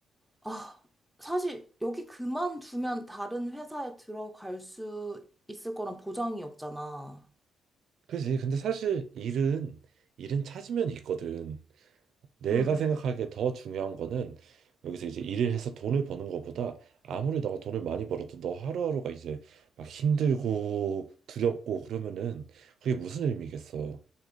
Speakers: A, in the centre; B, on the right.
A: 아, 사실 여기 그만두면 다른 회사에 들어갈 수 있을 거란 보장이 없잖아.
B: 그지. 근데 사실 일은 일은 찾으면 있거든. 내가
A: 음,
B: 생각하기에 더 중요한 거는 여기서 이제 일을 해서 돈을 버는 거보다 아무리 너가 돈을 많이 벌어도 너 하루하루가 이제 막 힘들고 두렵고 그러면은 그게 무슨 의미겠어.